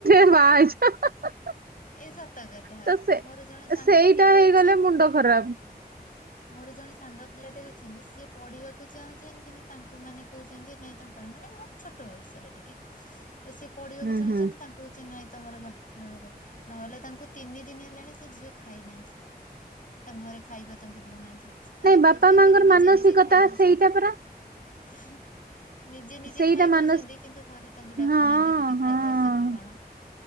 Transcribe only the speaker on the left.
ଏ ସତ କଥା
ମୋର ଜଣେ ସାଙ୍ଗ
ପିଲାଟେ
ଅଛି
ମୋର ଜଣେ ସାଙ୍ଗ ପିଲା ଟେ ଅଛନ୍ତି ସିଏ ପଢିବାକୁ ଚାହୁଁ କିନ୍ତୁ ତାଙ୍କୁ ମାନେ କହୁଛନ୍ତି ନାଇଁ ତଙ୍କ ପା ମାନେ ମୋର ଛୋଟ ବୟସର ଟିକେ। ତ ସିଏ ପଢିବାକୁ
ଚାହୁଁଛନ୍ତି
ତାଙ୍କୁ ଚେ ନାଇ ତମର ବାହାଘର ହବ ନହେଲେ ତାଙ୍କୁ ତିନି ଦିନ ହେଲାଣି ସେ ଝିଅ ଖାଇନାହାନ୍ତି। ତାଙ୍କ ଘରେ ଖାଇବା ତାଙ୍କୁ ଦଉନାହାନ୍ତି ସେ ଖାଇବା
ରୋଷେଇ
କରି ନିଜେ
ନିଜେ ଖାଇ ଦଉଛନ୍ତି।
ହେ। ନିଜେ ନିଜେ
ଖାଇ ଦଉଛନ୍ତି
କିନ୍ତୁ ଘରେ ତାଙ୍କୁ ଡାକୁନାହାନ୍ତି
ଟିକେ ଖାଇବା
ଆସ କି କଣ।